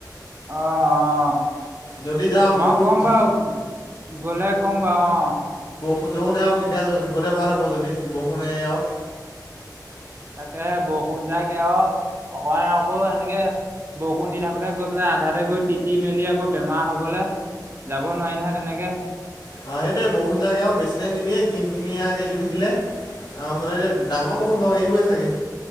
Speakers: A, on the right; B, on the left.
A: অ', অ'
B: যদি যাওঁ
A: মই
B: মোকো
A: কম
B: কবি
A: বা গ'লে কম বাৰু অ'।
B: সুধচুন আহওক তেতিয়া গ'লে ভাল হ'ব যদি বৰষুণে আহওক
A: তাকে বৰষুণ যায়কে আহক অকাই আকৌ এনেকে বৰষুণ দি থাকোতে গৈ পেলাই আধাতে গৈ তিতি মেলি আকৌ বেমাৰ হবলে যাব নোৱাৰি নহয় তেনেকে।
B: আ, সেইটয়ে বৰষুণ জাকেক বেছি টাইম নিদিয়ে, কিন কিনিয়াকে দি থাকিলে আচল এতিয়া ডাঙৰ বৰষুণ এৰিবই চাগে।